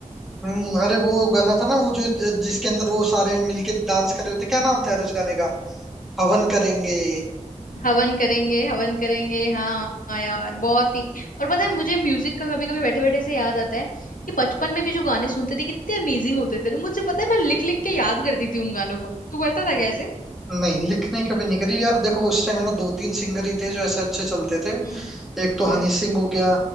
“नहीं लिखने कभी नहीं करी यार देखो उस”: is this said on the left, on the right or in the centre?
Centre